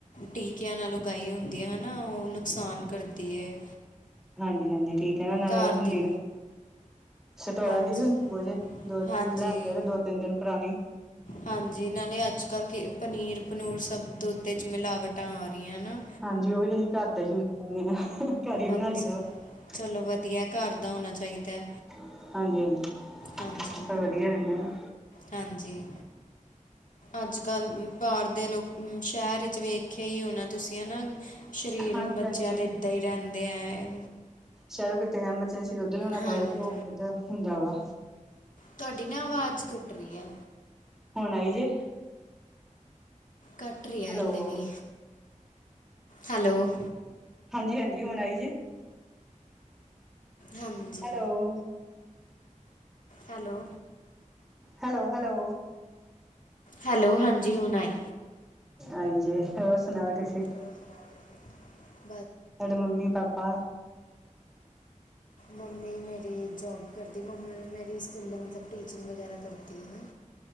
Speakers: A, on the left; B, in the centre.
A: ਟੀਕਿਆਂ ਨਾਲ ਉਗਾਈ ਹੁੰਦੀਆਂ ਹੈ ਨਾ। ਉਹਨੂੰ ਨੁਕਸਾਨ ਕਰਦੀ ਹੈ।
B: ਹਾਂਜੀ -ਹਾਂਜੀ ਠੀਕ ਹੈ ਨਾ ਨਾਲੇ
A: ਘਰ
B: ਉਹ ਹੁੰਦੀ
A: ਦੀ
B: ਨਾ। ਸਟੋਰਾਂ
A: ਹਾਂਜੀ
B: ਦੀ ਵੀ ਹੁੰਦੀ। ਕੁਝੇ ਦੋ
A: ਹਾਂਜੀ
B: ਲੈਣ ਜਾਗੇ ਦੋ- ਤਿੰਨ ਦਿਨ ਪੁਰਾਣੀ
A: ਹਾਂਜੀ। ਨਾਲੇ ਅੱਜ ਕੱਲ੍ਹ ਕੀ ਪਨੀਰ- ਪਨੂਰ ਸਭ ਦੁੱਧ ਵਿੱਚ ਮਿਲਾਵਟਾਂ ਆ ਰਹੀਆਂ ਨਾ।
B: ਹਾਂਜੀ। ਉਹ ਵੀ ਅਸੀਂ ਘਰ ਦਾ ਹੀ ਯੂਜ ਕਰੇ ਹਾਂ। ਘਰ ਹੀ ਬਣਾ
A: ਅੱਛਾ
B: ਲਈ ਦਾ ਵਾ।
A: ਚਲੋ ਵਧੀਆ ਘਰ ਦਾ ਹੋਣਾ ਚਾਹੀਦਾ।
B: ਹਾਂਜੀ- ਹਾਂਜੀ
A: ਹਾਂਜੀ
B: ਫੇਰ ਵਧੀਆ ਰਹਿੰਦੇ ਹ।
A: ਹਾਂਜੀ। ਅੱਜ ਕੱਲ੍ਹ ਬਾਹਰ ਦੇ ਲੋਕ ਸ਼ਹਿਰ ਵਿੱਚ ਵੇਖਿਆ ਹੀ ਉਹਣਾ। ਤੁਸੀਂ ਆ ਨਾ। ਸਰੀਰ
B: ਹਾਂਜੀ
A: ਬੱਚਿਆਂ
B: ਹਾਂਜੀ
A: ਦੇ ਏਦਾਂ ਹੀ ਰਹਿੰਦੇ ਹੈ।
B: ਸ਼ਹਿਰੋ ਕਿਤੇ ਐਮਰਜੈਂਸੀ ਦੁੱਧ ਲਿਆਉਣਾ ਪੈ
A: ਹਾਂਜੀ
B: ਜਾ ਤੇ ਉਹ ਬਹੁਤ ਹੁੰਦਾ ਵਾ।
A: ਤੁਹਾਡੀ ਨਾ ਆਵਾਜ਼ ਕੱਟ ਰਹੀ ਹੈ।
B: ਹੋੁਣ ਆਈ ਜੇ।
A: ਘੱਟ ਰਿਹਾ
B: ਹੈਲੋ
A: ਹਾਲੇ ਵੀ ਹੈਲੋ
B: ਹਾਂਜੀ- ਹਾਂਜੀ ਹੁਣ ਆਈ ਜੇ।
A: ਹਾਂਜੀ।
B: Hello
A: hello,
B: hello- hello,
A: hello, ਹਾਂਜੀ ਹੁਣ ਆਈ।
B: ਆਈ ਜੇ ਹੋਰ ਸੁਣਾਓ ਤੁਸੀ
A: ਸੁਣਾ <unintelligible> <unintelligible>
B: ਸਾਡੇ ਮੰਮੀ ਪਾਪਾ
A: ਮੰਮੀ ਮੇਰੀ ਜੋਬ ਕਰਦੀ। ਮੰਮੀ ਮੇਰੀ ਸਕੂਲ ਮਤਲਬ ਟੀਚਿੰਗ ਵਗੈਰਾ ਕਰਦੀ ਹੈ।